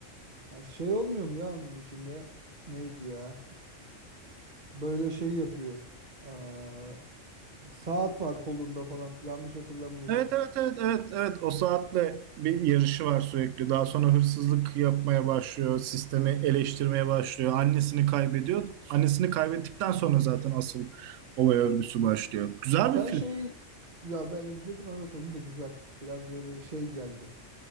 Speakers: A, on the right; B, on the right.
A: Ya şey olmuyor mu ya onun içinde? Neydi ya? Böyle şey yapıyor. Aa, saat var kolunda falan. Yanlış hatırlamıyorsam.
B: Evet evet evet evet evet o saatle bir yarışı var sürekli. Daha sonra hırsızlık yapmaya başlıyor, sistemi eleştirmeye başlıyor. Annesini kaybediyor. Annesini kaybettikten sonra zaten asıl olay örgüsü başlıyor. Güzel
A: Sen
B: bir film.
A: şeyi ya ben izledim evet onu da güzel. Biraz böyle şey geldi.